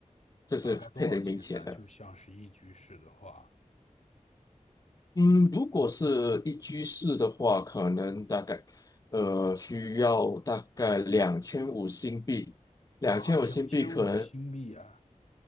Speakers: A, on the left (about 30°); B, on the left (about 60°).
A: 这是特别明显的。
B: 大概多少钱呢？就像是一居室的话，
A: 嗯，如果是一居室的话，可能大概呃需要大概两千五新币，
B: 哇，
A: 两千五新币可能
B: 两千五新币啊！